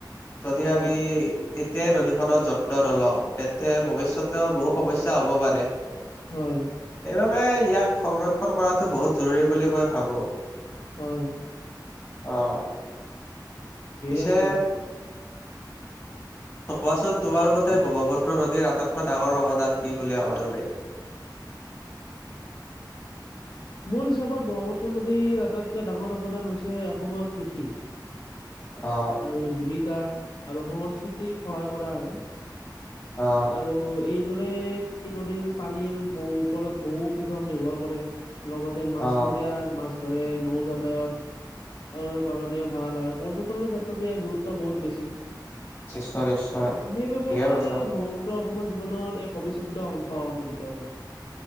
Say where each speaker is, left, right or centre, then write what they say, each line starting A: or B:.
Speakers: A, on the left; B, on the left.
A: যদি
B: হয়,
A: আমি এতিয়াই নদীখনৰ যত্ন নলওঁ তেতিয়া ভৱিষ্যতেও বহু সমস্যা হ'ব পাৰে
B: হয়।
A: সেইবাবে ইয়াক সংৰক্ষণ কৰাটো বহুত জৰুৰী বুলি মই ভাবো
B: হয়।
A: অহ,
B: ঠিকেই
A: পিছে
B: আছে।
A: কোৱাচোন তোমাৰ মতে ব্ৰহ্মপুত্ৰ নদীৰ আটাইতকৈ ডাঙৰ অৱদান কি বুলি ভাবা তুমি?
B: মোৰ হিচাপত ব্ৰহ্মপুত্ৰ নদীৰ আটাইতকৈ ডাঙৰ অৱদান হৈছে অসমৰ কৃষি
A: অ
B: আৰু জীৱিকা আৰু সংস্কৃতিক সহায় কৰা আৰু
A: অ
B: আৰু এই এইদৰে নদীৰ পানীৰ বহু ওপৰত বহু কৃষক নিৰ্ভৰ কৰে লগতে মাছমৰীয়াৰ
A: অ
B: মাছ ধৰে নৌ যাতায়ত কাৰণেও ভাল আৰু পৰ্যটনৰ ক্ষেত্ৰত ইয়াৰ গুৰুত্ব বহুত বেছি
A: নিশ্চয় নিশ্চয়
B: সেইবাবে
A: ঠিকে কৈছা
B: ব্ৰহ্মপুত্ৰ অসমৰ জীৱনৰ এক অবিচ্ছেদ্য অংশ মই তেতিয়াও কৈছো